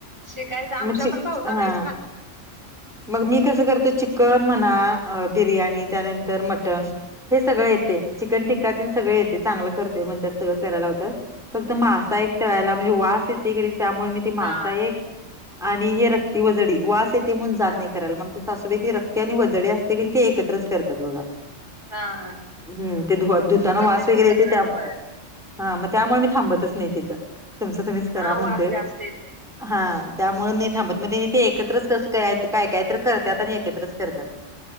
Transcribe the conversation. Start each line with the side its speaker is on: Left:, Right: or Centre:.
Right: शिकायचं आमच्या
Centre: मग चीक
Right: पण भाऊजा
Centre: हा
Right: नाहीत खात
Centre: मग मी कसं करते चिकन म्हणा बिर्याणी
Right: हा
Centre: त्यानंतर मटण हे सगळं येतय
Right: हम्म
Centre: चिकन टिक्कातेन सगळं येतय चांगलं करतोय म्हणतात सगळं करायलावत्यात फक्त मासा
Right: हा
Centre: एक तळायला म्हणजे वास येतय कनी त्यामुळे मी ते
Right: हा
Centre: मासा एक आणि हे रक्ती वजडी वास येते म्हून जात
Right: हा
Centre: नाही. मग ते सासूबे त रक्ते आणि वजडी असते कि ते एकत्रच करतात बघा
Right: हा हा
Centre: हम्म ते धु धुताना
Right: करतेच
Centre: वास वगैरे
Right: एकत्रच
Centre: येते त्या
Right: होय
Centre: हा मग त्यामुळे मी थांबतच नाही तिथं तुमचं तुम्हीच करा
Right: हा
Centre: म्हणते
Right: वास जास्त येते
Centre: हा त्यामुळे म थांबत म ते एकत्रच कस काय काय कायत करतात आणि एकत्रच करतात